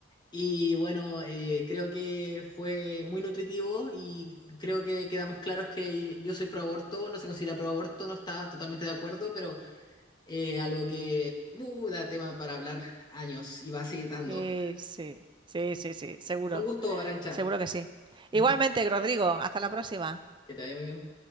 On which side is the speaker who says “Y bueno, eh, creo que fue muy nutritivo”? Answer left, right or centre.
Left